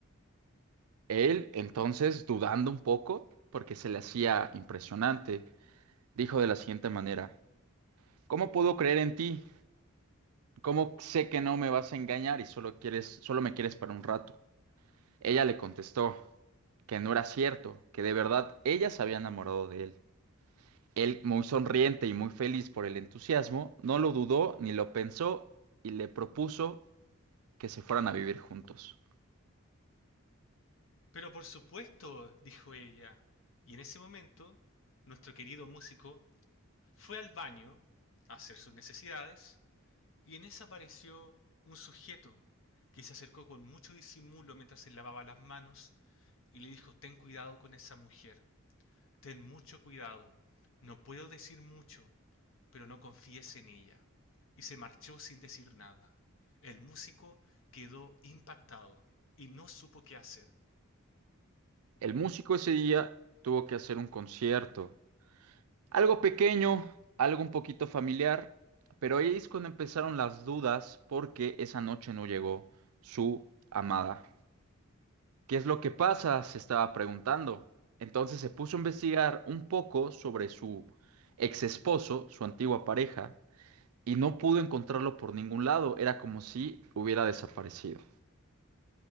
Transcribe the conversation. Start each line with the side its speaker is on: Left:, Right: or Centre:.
Right: Él, entonces, dudando un poco, porque se le hacía impresionante, dijo de la siguiente manera: ¿Cómo puedo creer en ti? ¿Cómo sé que no me vas a engañar y solo quieres, solo me quieres para un rato? Ella le contestó que no era cierto, que de verdad ella se había enamorado de él. Él, muy sonriente y muy feliz por el entusiasmo, no lo dudó ni lo pensó y le propuso que se fueran a vivir juntos.
Left: Pero por supuesto, dijo ella, y en ese momento nuestro querido músico Fue al baño a hacer sus necesidades y en esa apareció un sujeto que se acercó con mucho disimulo mientras se lavaba las manos y le dijo ten cuidado con esa mujer, ten mucho cuidado, no puedo decir mucho, pero no confíes en ella. Y se marchó sin decir nada. El músico quedó impactado y no supo qué hacer.
Right: El músico ese día tuvo que hacer un concierto Algo pequeño, algo un poquito familiar, pero ahí es cuando empezaron las dudas porque esa noche no llegó su amada. ¿Qué es lo que pasa? Se estaba preguntando. Entonces se puso a investigar un poco sobre su ex esposo, su antigua pareja, y no pudo encontrarlo por ningún lado. Era como si hubiera desaparecido.